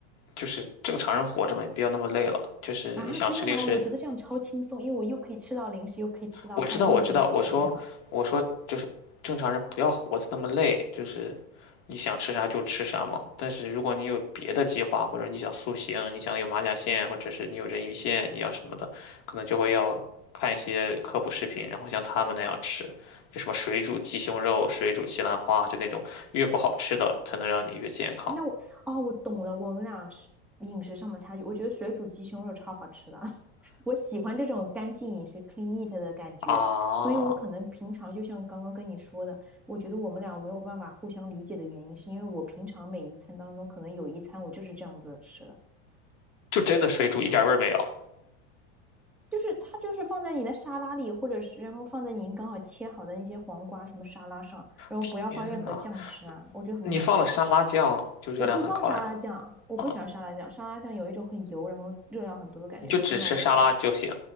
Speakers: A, on the left; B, in the centre.
A: 就是正常人活着嘛，你不要那么累了。就是你想吃零食，
B: 啊，真的吗？我觉得这样超轻松，因为我又可以吃到零食，又可以吃到饭，
A: 我知道，
B: 又营养全面了。
A: 我知道，我说，我说，就是正常人不要活得那么累，就是你想吃啥就吃啥嘛。但是如果你有别的计划，或者你想塑形，你想有马甲线，或者是你有人鱼线，你要什么的，可能就会要看一些科普视频，然后像他们那样吃，就什么水煮鸡胸肉、水煮西兰花，就那种越不好吃的才能让你越健康
B: 那我哦，我懂了，我们俩是饮食上的差距。我觉得水煮鸡胸肉超好吃的，<laughs> 我喜欢这种干净饮食 （clean eat） 的感觉，
A: 啊！
B: 所以我可能平常就像刚刚跟你说的，我觉得我们俩没有办法互相理解的原因，是因为我平常每一餐当中，可能有一餐我就是这样子吃的，
A: 就真的水煮一点味儿没有。
B: 就是它就是放在你的沙拉里，或者是然后放在您刚好切好的那些黄瓜什么沙拉上，然后不要放任何酱吃啊，
A: 天呐，
B: 我觉得很好吃啊。
A: 你放了沙拉酱，就热量很高呀。
B: 我不放沙拉酱，我不喜欢沙拉酱。
A: 啊！
B: 沙拉酱有一种很油，然后热量很多的感觉，
A: 你就只吃沙拉就行。
B: 从小我就不喜欢。